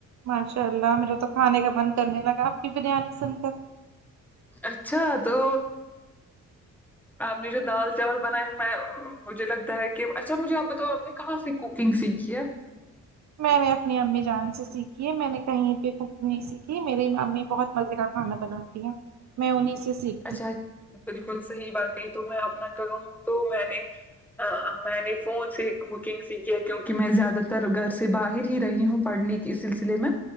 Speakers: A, on the right; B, in the centre.
A: ماشاء اللہ میرے تو کھانے کا من کرنے لگا آپ کی بریانی سن کر
B: اچھا تو آپ نے جو دال چاول بنائے میں مجھے لگ ت ہے کہ اچھا مجھے آپ بتاؤ آپ نے کہاں سے کوکنگ سیکھی ہے
A: میں نے اپنی امی جان سے سیکھی ہے میں نے کہیں پے کوکنگ نہیں سیکھی میرے امی بہت مزے کھانا بناتی ہیں میں ان ہی سے سیکھ
B: اچھا بالکل صحیح بات کہی تو میں اپنا کروں تو میں نے میں نے فون سے کوکنگ سیکھی ہے کیوںکہ میں زیادہ تر گھر سے باہر ہی رہی ہوں پڑھنے کے سلسلے میں